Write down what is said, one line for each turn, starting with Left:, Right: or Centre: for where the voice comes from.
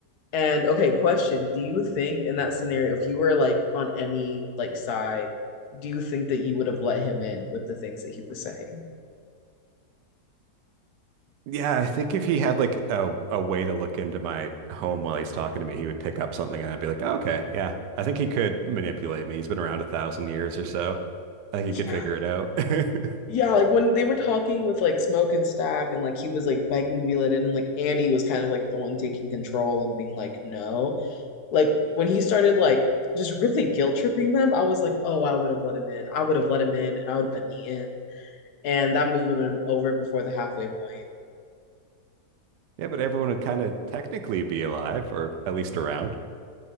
Left: And okay, question, do you think in that scenario if you were like on any like side, do you think that you would have let him in with the things that he was saying?
Right: Yeah, I think if he had like a, a way to look into my home while he's talking to me, he would pick up something and I'd be like, oh, okay, yeah. I think he could manipulate me. He's been around a thousand years or so. I think
Left: Yeah,
Right: he could figure it out. <laughs>
Left: yeah, like when they were talking with like Smoke and Stack, and like he was like begging to be let in, and like Annie was kind of like the one taking control and being like, no. Like when he started like just really guilt tripping them, I was like, oh, I would have let him in. I would have let him in, and I would have been eaten, and that movie would have been over before the halfway point.
Right: Yeah, but everyone would kind of technically be alive or at least around.